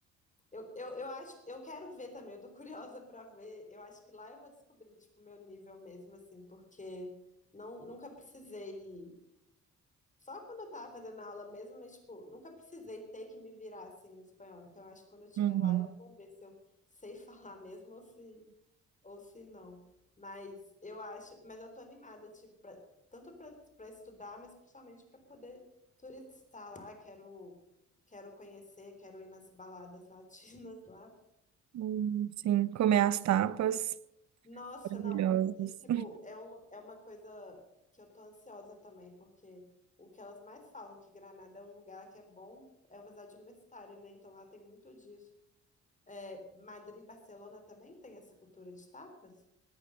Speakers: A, on the left; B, on the right.
A: Eu, eu, eu acho que eu quero ver também, eu tô <laughs> curiosa pra ver. Eu acho que lá eu vou descobrir, tipo, o meu nível mesmo, assim, porque não, nunca precisei. Só quando eu tava fazendo aula mesmo, mas, tipo, nunca precisei ter que me virar assim no espanhol. Então, eu acho que quando eu estiver
B: Uhum.
A: lá, eu vou ver se eu sei <laughs> falar mesmo ou se, ou se não. Mas eu acho, mas eu tô animada, tipo, pra, tanto pra pra estudar, mas principalmente pra poder turistar lá. Quero, quero conhecer, quero ir nas baladas latinas <laughs> lá.
B: Hum, sim, comer as tapas
A: Nossa,
B: maravilhosas.
A: não. E, tipo, é, um, é uma coisa que eu tô ansiosa também, porque o que elas mais falam, que Granada é um lugar que é bom, é uma cidade universitária, né? Então lá tem muito disso. É, Madrid e Barcelona também tem essa cultura de tapas?